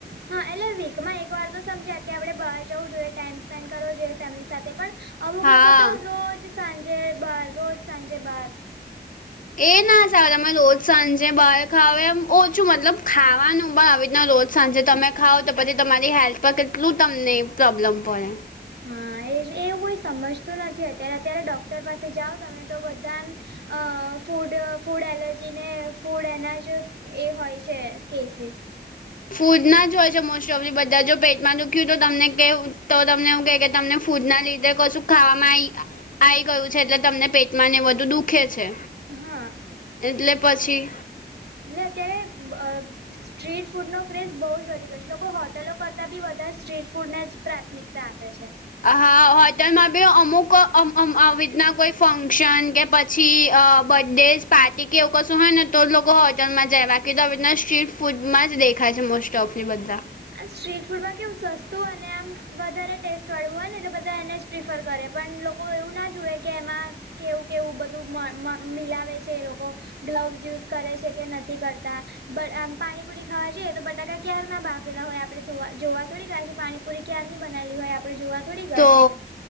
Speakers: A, on the right (about 70°); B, on the left (about 50°).
A: હા એટલે વીકમાં એક વાર તો સમજ્યા કે આપડણે બહાર જવું જોઈએ ટાઈમ સ્પેન્ડ કરવો જોઈએ ફેમિલી સાથે પણ અમુક
B: હા
A: લોકો તો રોજ સાંજે બાર રોજ સાંજે બાર
B: એ ના સાબ તમે રોજ સાંજે બાર ખાવે ઓછું મતલબ ખાવાનું પણ રીતના રોજ સાંજે તમે ખાવ તો પછી તમારી હેલ્થ પર કેટલું તમને પ્રોબ્લમ પડે
A: હા એ એવું કોઈ સમજતું નથી અત્યારે અત્યારે ડૉક્ટર પાસે જાઓ તમે તો બધા એમ અ ફૂડ ફૂડ એલર્જીને ફૂડ એનાજ એ હોય છે કેસીસ
B: ફૂડના જ હોય છે મોસ્ટ ઓફલી બધા જો પેટમાં દુખ્યું તો તમને કહે તો તમને એવું કહે કે તમને ફૂડના લીધે કશું ખાવામાં આઈ ગયું છે એટલે તમને પેટમાં ને વધુ દુખે છે.
A: હા.
B: એટલે પછી
A: એટલે અત્યારે અ સ્ટ્રીટ ફૂડનો ક્રેઝ બહુ જ વધી ગયો છે લોકો હોટલો કરતાં બી વધારે સ્ટ્રીટ ફૂડને જ પ્રાથમિકતા તા આપે છે.
B: હા હોટલમાં બી અમુક અ અમાવિત ના કોઈ ફંક્શન કે પછી અ બડેઝ પાર્ટી કે એવું કશું હોય ને તો લોકો હોટલમાં જાય બાકી તો આવી રીતના સ્ટ્રીટ ફૂડમાં જ દેખાય છે મોસ્ટ ટોફી બધા
A: આ સ્ટ્રીટ ફૂડમાં કેવું સસ્તું અને આમ વધારે ટેસ્ટ વાળવું હોય ને એટલે બધા એને જ પ્રિફર કરે પણ લોકો એવું ના જુએ કે એમાં કેવું કેવું બધું મિલાવે છે એ લોકો ગ્લવસ યુઝ કરે છે કે નથી કરતા આમ પાણીપુરી ખાવા જઈએ તો બટાકા ક્યાર ના બાફ લા હોય આપણે થોવા જોવા થોડી ગયા છે પાણીપુરી ક્યારની બનાયેલી હોય આપણે જોવા થોડી ગયા
B: તો
A: છે.